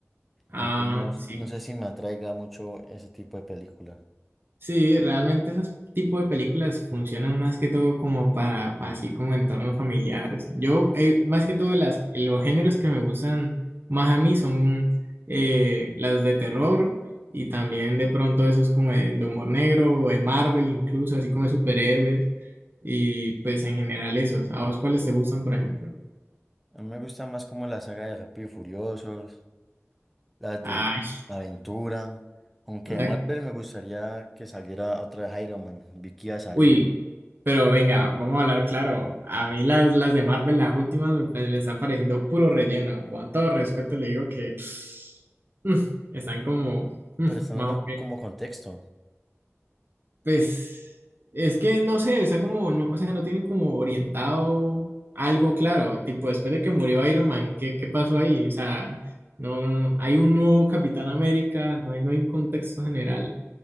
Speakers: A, on the right; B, in the centre.
A: Ah,
B: Entonces no,
A: sí.
B: no sé si me atraiga mucho ese tipo de película.
A: Sí, realmente esos tipos de películas funcionan más que todo como para, para así como entornos familiares. Yo, eh, más que todo, las, los géneros que me gustan más a mí son eh, las de terror y también de pronto esos como de, de humor negro o de Marvel incluso, así como de superhéroes y pues en general esos. ¿A vos cuáles te gustan, por ejemplo?
B: A mí me gusta más como la saga de Rápido y Furiosos, las
A: Ay,
B: de aventura. Aunque
A: o sea
B: Marvel me gustaría que saliera otra de Iron Man. Vi que iba a salir.
A: Uy, pero venga, vamos a hablar claro. A mí las, las de Marvel, las últimas, me, me están pareciendo puro relleno. Con todo respeto le digo que mm, están como mm,
B: Pero están
A: más
B: dando
A: o menos.
B: como contexto,
A: Pues es que no sé, está como, no, o sea, no tienen como orientado algo claro. Tipo, después de que murió Iron Man, ¿qué, qué pasó ahí? O sea, no, no, no. Hay un nuevo Capitán América, no hay, no hay un contexto general.